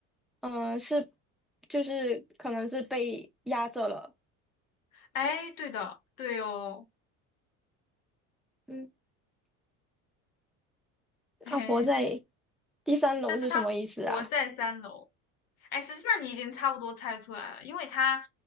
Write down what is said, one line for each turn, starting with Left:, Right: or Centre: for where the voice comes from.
Centre: 嗯、呃是就是可能是被压着了。
Left: 哎，对的，对哦，
Centre: 嗯，那活在
Left: 嘿嘿，
Centre: 第三楼是什么意思啊？
Left: 但是他活在三楼，哎，实际上你已经差不多猜出来了，因为他